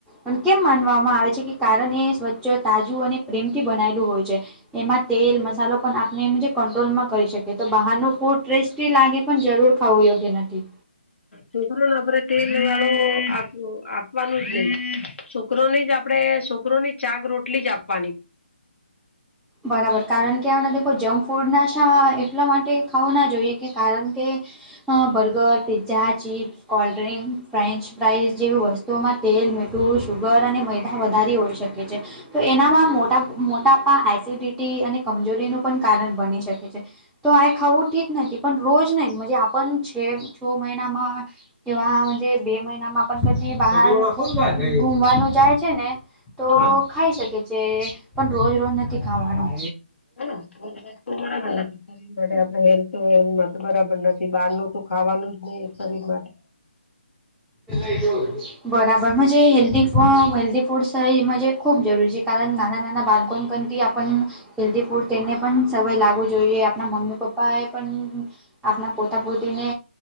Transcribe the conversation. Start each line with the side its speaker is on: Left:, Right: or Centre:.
Centre: અને કેમ માનવામાં આવે છે કે કારણ એ સ્વચ્છ તાજું અને પ્રેમથી બનાયેલું હોય છે, એમાં તેલ મસાલો પણ આપણે જે કંટ્રોલમાં કરી શકે તો બહારનું
Left: હમ
Centre: ફૂડ ટેસ્ટી લાગે પણ જરૂર ખાવું યોગ્ય નથી.
Left: છોકરોને આપડે તેલ વાળો આપવાનું છે, છોકરો ની જ આપડે છોકરો ની ચાક રોટલી જ આપવાની.
Centre: બરાબર કારણ કે દખો જંક ફૂડ ના શા એટલા માટે ખાવું ના જોઈએ કે કારણ કે. હા burger pizza chips. Cold drink French fries જેવી વસ્તુઓમાં તેલ મીઠું સુુગર અને મેૈદા વધારે હોય છે. <unintelligible> તો એનામાં મોટા એસિડિટી અને કમજોરીનું પણ કારણ બની શકે છે. તો આ ખાાવું ઠીક નથી પણ રોજ નહીજ આપ છે છ મહિનામાં કેવા બે મહિનામાં પણ કદી બહાર ઘુમવાનું જાય છે ને. તો
Left: શરીર
Centre: ખાઈ શકે છે, પણ રોજ રોજ નથી ખાવાનું.
Left: <unintelligible> શરીર માટે આપડે હેલ્થ વથ બરાબર નથી બહાર ન તો ખાવાનું જ નહી શરીર માટે.
Centre: <unintelligible> બરાબર મુજે હેલ્દી હેલ્ધ ફૂડ્સ ખૂબ જરૂરી છે કારણ નાના નાના બાળકોને પણ થી આપણ હેલ્ધી ફૂડ તેને પણ સવાય લાગવું જોઈએ, આપણા મમ્મી પપ્પાએ પણ આપણા પોતા પોતીને,